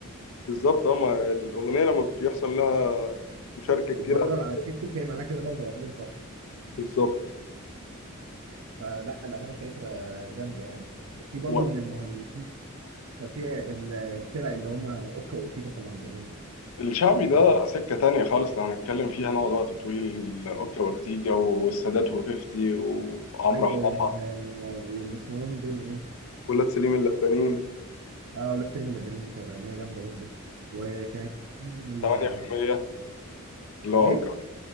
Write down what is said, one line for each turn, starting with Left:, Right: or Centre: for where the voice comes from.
Left: بالظبط اه ما الأغنية لما بيحصل لها مشاركة كتير
Right: الفايرال
Left: على التيك
Right: على التيك
Left: توك
Right: توك هي معناها كده إنها اتغيرت بره
Left: بالظبط
Right: فلا الأغاني بتاعتها جامدة يعني في برضه
Left: و-
Right: من المهندسين كان في ال- الفرق اللي هم أوكا وأورتيجا طبعا زمان
Left: الشعبي ده
Right: حاجات-
Left: سكة تانية خالص لو هنتكلم فيها نقعد وقت طويل أوكا وأورتيجا والسادات وفيفتي وعمرو
Right: أيوه
Left: حاحة
Right: وال واللي اسمهم دول إيه
Left: ولاد سليم اللبنانيين
Right: اه اولاد سليم اللبنانيين دي كانت اغنيه جامده برضه وكانت وال-
Left: و8% اللي هو
Right: وايه
Left: اوكا